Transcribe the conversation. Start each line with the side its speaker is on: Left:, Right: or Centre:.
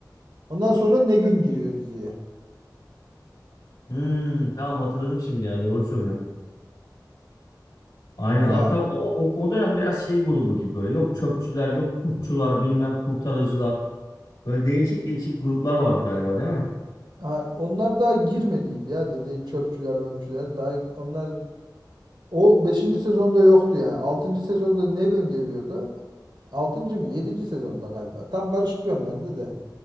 Right: Ondan sonra Negan giriyor diziye.
Left: Hmm, tamam hatırladım şimdi ya. Doğru söylüyorsun. Aynen
Right: Ya
Left: hatta o, o, o dönem biraz şey grubu gibi böyle yok çöpçüler yok kurtçular bilmem kurtarıcılar böyle değişik değişik gruplar vardı galiba değil mi?
Right: ha, onlar daha girmediydi ya dediğin çöpçüler möpçüler. Daha onlar o beşinci sezonda yoktu yani. altıncı sezonda Negan geliyordu. altıncı mı yedinci sezonda galiba. Tam karıştırıyorum ben de de.